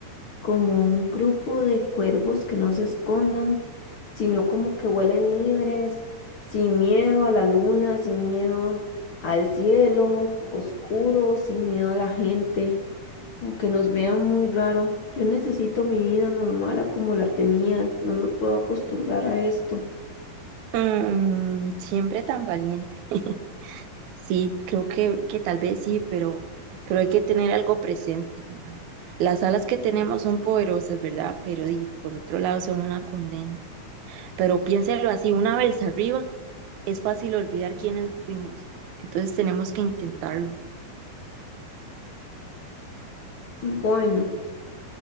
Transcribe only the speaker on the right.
Mm, siempre tan valiente. <laughs> Sí, creo que, que tal vez sí, pero, pero hay que tener algo presente, mae. Las alas que tenemos son poderosas, ¿verdad? Pero di, por otro lado son una condena. Pero piénselo así, una vez arriba es fácil olvidar quiénes fuimos. Entonces tenemos que intentarlo.